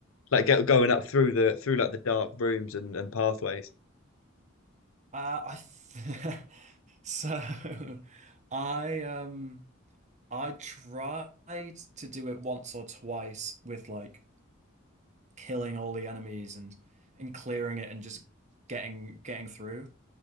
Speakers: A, on the left (about 85°); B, on the right (about 35°).
A: like get, going up through the through like the dark rooms and and pathways?
B: Uh, I th <laughs> so <laughs> I um I tried to do it once or twice with like killing all the enemies and and clearing it and just getting getting through.